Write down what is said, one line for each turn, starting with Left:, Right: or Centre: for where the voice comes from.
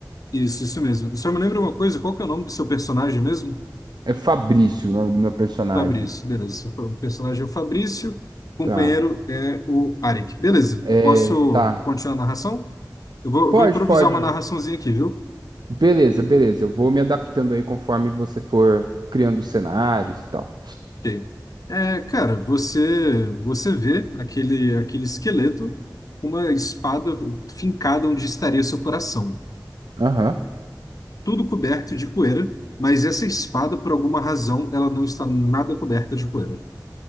Left: Isso, isso mesmo. Só me lembra uma coisa, qual que é o nome do seu personagem mesmo?
Right: É Fabrício o nome do meu personagem.
Left: Fabrício, beleza. O personagem é o Fabrício, o
Right: Tá.
Left: companheiro é o Arik. Beleza,
Right: É,
Left: posso
Right: tá.
Left: continuar a narração? Eu vou,
Right: Pode,
Left: vou improvisar
Right: pode.
Left: uma narraçãozinha aqui, viu?
Right: Beleza, beleza. Eu vou me adaptando aí conforme você for criando os cenários e tal.
Left: Ok. É, cara, você você vê aquele, aquele esqueleto com uma espada fincada onde estaria seu coração.
Right: Aham.
Left: tudo coberto de poeira, mas essa espada, por alguma razão, ela não está nada coberta de poeira.